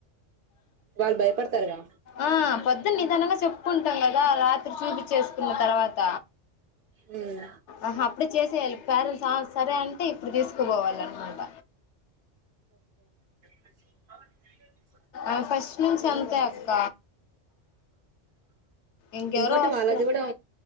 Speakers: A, on the right (about 60°); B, on the left (about 70°).
A: వాళ్ళు భయపడతారుగా
B: ఆ పొద్దున్న నిదానంగా చెప్ ప్పుకుంటాం కదా రాత్రి చూపి చేేసుకున్న తర్వాత
A: మ్మ్
B: ఆహా అప్పుడే చేసేయాలి పేరెంట్స్ ఆ సరే అంటే ఇప్పుడు తీసుకుపోవాల అన్నమాట
A: అ
B: అ ఫస్ ను నుంచి అంతే అక్క ఇంకెవరో
A: ఇంకోటి
B: వస్తారు
A: వాళ్ళది కూడా